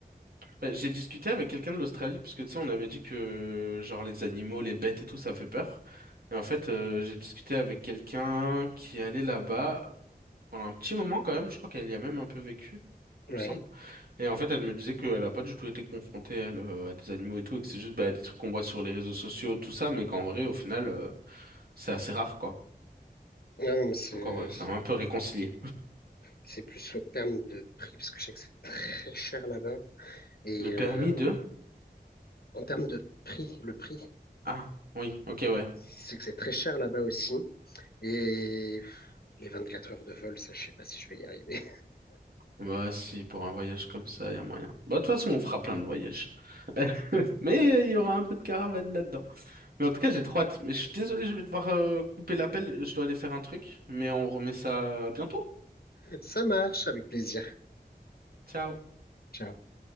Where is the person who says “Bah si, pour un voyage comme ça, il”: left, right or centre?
Right